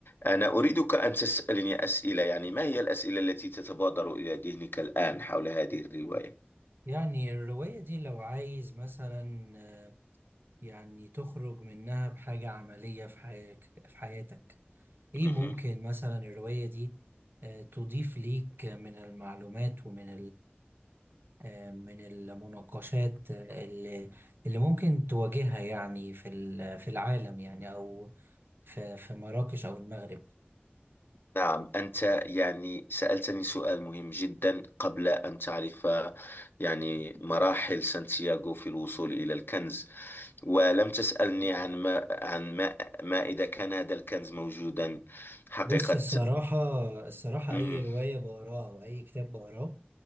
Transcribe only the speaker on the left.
أنا أريدك أن تسألني أسئلة يعني ما هي الأسئلة التي تتبادر إلى ذهنك الآن حول هذه الرواية؟
مهم.
نعم أنت يعني سألتني سؤال مهم جدا قبل أن تعرف يعني مراحل سانتياغو في الوصول إلى الكنز ولم تسألني عن ما عن ما ما إذا كان هذا الكنز موجودا حقيقة
مهم.